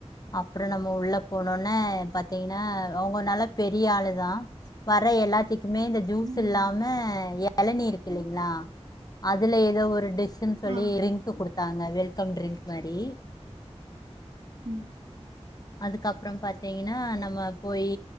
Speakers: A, on the left; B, on the right.
A: அப்புறம் நம்ம உள்ள போனோனே பாத்தீங்கன்னா அவங்க நல்லா பெரிய ஆளு தான் வர எல்லா துக்குமே இந்த ஜூஸ்
B: மேம்
A: இல்லாம
B: ம்
A: எளநீர் இல்லைங்களா அதுல ஏதோ ஒரு டிஷ் ஷ்ன் சொல்லி
B: ஆ
A: டிரிங்க் குடுத் த்தாங்க வெல்கம் டிரிங்க் மாரி
B: ம்
A: அதுக்கப்றம் பாத் பாத்தீங்கன்னா நம்ம போயி